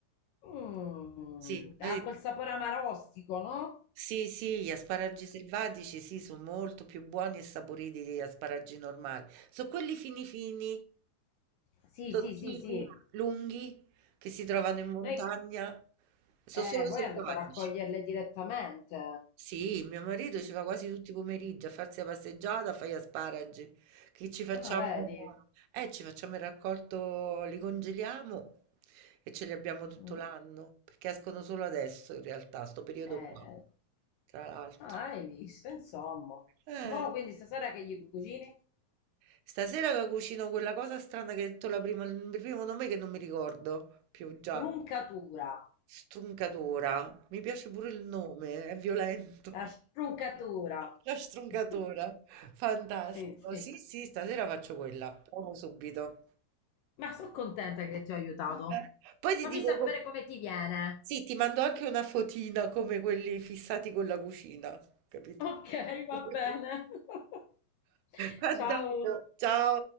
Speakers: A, on the left; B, on the right.
A: Mm,
B: Sì,
A: ha
B: noi
A: quel sapore amarostico, no?
B: sì, sì, gli asparagi selvatici sì, sono molto più buoni e saporiti degli asparagi normali. Sono quelli fini fini,
A: Sì,
B: sottili,
A: sì, sì, sì.
B: lunghi, che si trovano in montagna,
A: Noi,
B: sono
A: eh,
B: solo
A: voi
B: selvatici.
A: andate a raccoglierle direttamente.
B: Sì, mio marito ci va quasi tutti i pomeriggi a farsi la passeggiata, a fare gli asparagi, che ci facciamo,
A: Ah, vedi.
B: eh, ci facciamo il raccolto, li congeliamo e ce li abbiamo tutto
A: Mm.
B: l'anno, perché escono solo adesso in realtà, sto periodo
A: Eh,
B: qua,
A: eh.
B: tra l'altro.
A: Ah, hai visto, insomma.
B: Eh,
A: Mo' quindi stasera che gli cucini?
B: stasera che cucino quella cosa strana che hai detto la prima, il primo nome che non mi ricordo più già,
A: Truncatura.
B: struncatura, mi piace pure il nome, è violento.
A: La struncatura.
B: La struncatura,
A: <laughs>
B: fantastico.
A: Sì, sì.
B: Sì, sì, stasera faccio quella, provo subito.
A: Ma sono contenta che ti ho aiutato.
B: Eh, Poi ti
A: Fammi
B: dico,
A: sapere
B: co-
A: come ti viene.
B: sì, ti mando anche una fotina come quelli fissati con la cucina, capito?
A: Ok, va
B: <laughs>
A: bene. <laughs>
B: Andiamo,
A: Ciao.
B: ciao.